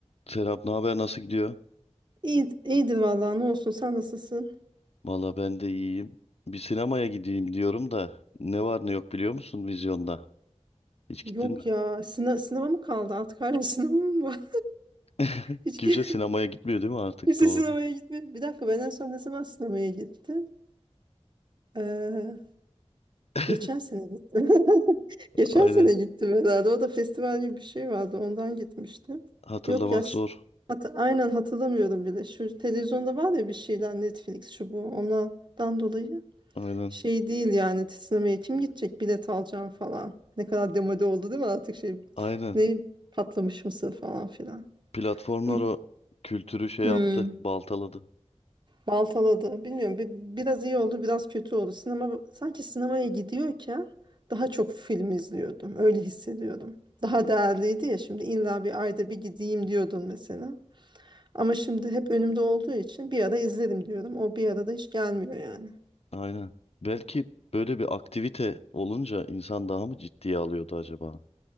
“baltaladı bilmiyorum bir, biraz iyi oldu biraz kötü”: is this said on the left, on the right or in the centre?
Right